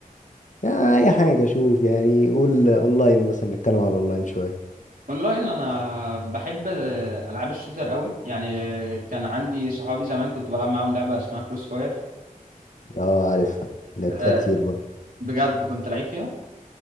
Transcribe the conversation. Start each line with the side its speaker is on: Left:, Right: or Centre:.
Left: يعني اي حاجة شوف يعني قول اونلاين مثلا نتكلم عن اونلاين شوية
Right: اونلاين انا بحب آه، العاب الشوتر قوي يعني آه، كان عندي صحابي زمان كنت بلعب معاهم لعبه اسمها كروس فاير
Left: اه عارفها لعبتها
Right: آه،
Left: كتير برضه
Right: بجد كنت لعيب فيها